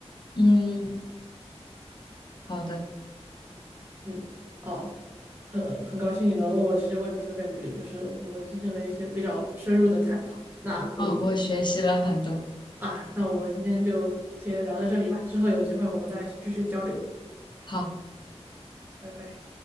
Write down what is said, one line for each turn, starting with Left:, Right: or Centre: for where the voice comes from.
Left: 嗯，好的。
Right: 嗯，哦，很很高兴你能问我这些问题，我感觉就是我们进行了一些比较深入的探讨。那我们。
Left: 哦，我学习了很多。
Right: 啊，那我们今天就先聊到这里吧，之后有机会我们再继续交流，
Left: 好，
Right: 拜拜。